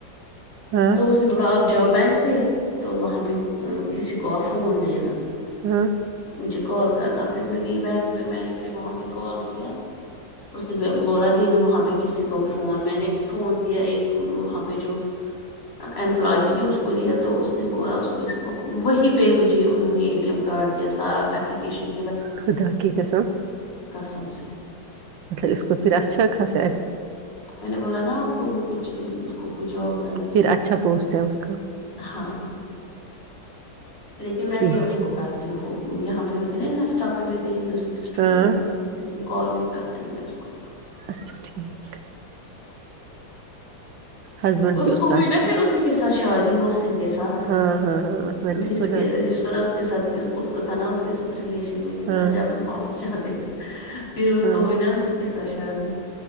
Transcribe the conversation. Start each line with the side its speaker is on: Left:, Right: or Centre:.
Right: ہاں
Left: تو اس نے مطلب آپ <unintelligible> ج بینک پہ تو وہاں پہ کسی کو فون دینا
Right: ہاں
Left: مجھے کال کرنا پھر میں گئی بینک پہ میں نے پھر وہاں پہ کال کیا اس نے بولا دے دو وہاں پہ کسی کو فون میں نے فون دیا ایک وہاں پہ جو امپلائی تھی اس کو دیا تو اس نے بولا اس کو اس کو وہ پہ مجھے انہوں نے اے ٹی ایم کارڈ سارا ایپیکیشن
Right: خدا کییکسا <unintelligible>
Left: قسم سے
Right: مطلب اس کو پھر اھ خا سے
Left: میں نے بولا نا کو وہ کچھ اس کو کوئی جاب لگی
Right: پھر
Left: ہے
Right: اچھا پوسٹ ہے اس کا
Left: ہاں ہاں لیکن میں
Right: ٹھیک
Left: نہیں اس
Right: ٹھیک
Left: کو کرتی ہوں وہ یہاں پہ ہوتی نا نشٹہ پہ میں دیک اس کی اسٹوری
Right: ہاں
Left: وغیرہ لیکن کالن کرتی ہوں میں اس کو <unintelligible>
Right: اچھا ٹھیک ہسبینڈ
Left: اس
Right: بھی
Left: کو
Right: کا
Left: ہوئی
Right: اچھا
Left: نا پھر
Right: ہے
Left: اسی کے ساتھ شادی محسن کے ساتھ
Right: ہاں ہاں ہاں میں نے
Left: جس
Right: سنا
Left: کے جس کو ن کے سھ اس کا تھا نا اس کے سات ریلیشن میں تھی
Right: ہاں
Left: نا جب ہم آفس جاتے تھے <unintelligible> ہاں <inaudible> پھر اس
Right: ہاں
Left: کو ہوئی نا اسی کے ساتھ جد <inaudible>